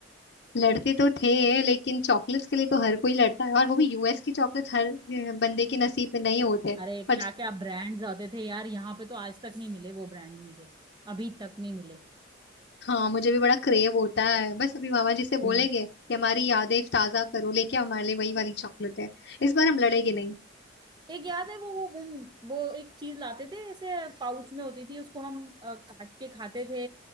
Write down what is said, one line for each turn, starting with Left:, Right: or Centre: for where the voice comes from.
Left: लड़ते तो थे लेकिन चॉकलेट्स के लिए तो हर कोई लड़ता है और वो भी यूएस की चॉकलेट्स हर अ, बंदे के नसीब में नहीं होते
Right: अरे
Left: और
Right: क्या क्या ब्रांड्स आते थे यार यहाँ पे तो आज तक नहीं मिले वो ब्रांड मुझे अभी तक नहीं मिले
Left: हाँ मुझे भी बड़ा क्रेव होता है बस अभी मामा जी से बोलेंगे
Right: हम्म
Left: कि हमारी यादें ताजा करो लेके आओ, हमारे लिए वही वाली चॉकलेट है इस बार हम लड़ेंगे नहीं
Right: एक याद है वो वो वो वो एक चीज लाते थे ऐसे पाउच में होती थी उसको हम अ, काट के खाते थे